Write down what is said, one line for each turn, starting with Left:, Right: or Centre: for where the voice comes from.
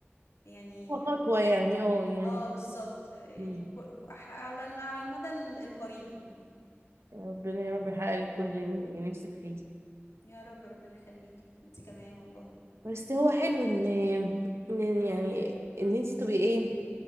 Left: يعني
Right: خطوة خطوة يعني اه يعني
Left: اه بالظبط يعني
Right: مم.
Left: كو- كو- على على المدى القريب يعني
Right: يا ربنا يا رب يحقق لك كل اللي نفسك فيه
Left: يا رب ربنا يخليك انت كمان والله
Right: بس هو حلو ان ان يعني ان انت تبقي ايه